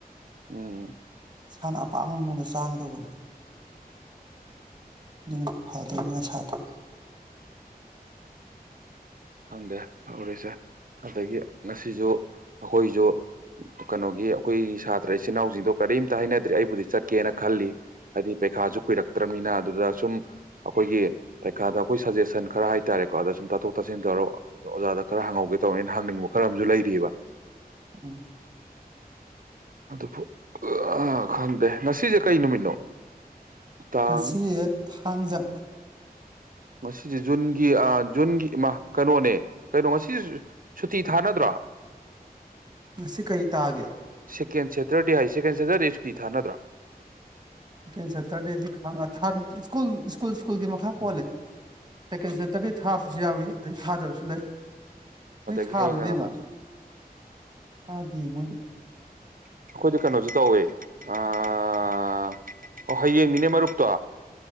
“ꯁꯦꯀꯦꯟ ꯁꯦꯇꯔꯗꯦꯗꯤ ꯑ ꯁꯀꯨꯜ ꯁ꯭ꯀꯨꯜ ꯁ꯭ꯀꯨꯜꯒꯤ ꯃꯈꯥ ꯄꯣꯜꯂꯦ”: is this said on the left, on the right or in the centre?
Right